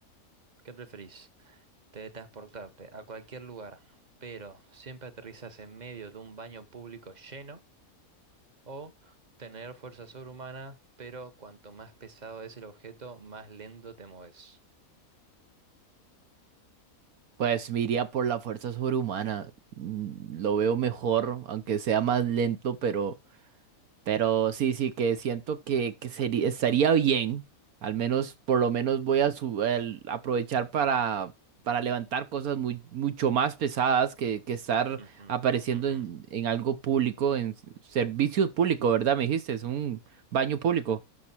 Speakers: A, on the right; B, on the right.
A: ¿Qué preferís? Teletransportarte a cualquier lugar, pero siempre aterrizas en medio de un baño público lleno, o tener fuerza sobrehumana, pero cuanto más pesado es el objeto, más lento te mueves.
B: Pues me iría por la fuerza sobrehumana. Mm, Lo veo mejor, aunque sea más lento, pero... Pero sí, sí, que siento que, que sería, estaría bien. Al menos, por lo menos voy a su- el- aprovechar para, para levantar cosas muy, mucho más pesadas que, que estar
A: Ujú,
B: apareciendo
A: ujú.
B: en, en algo público, en s- servicios públicos, ¿verdad? Me dijiste, es un baño público.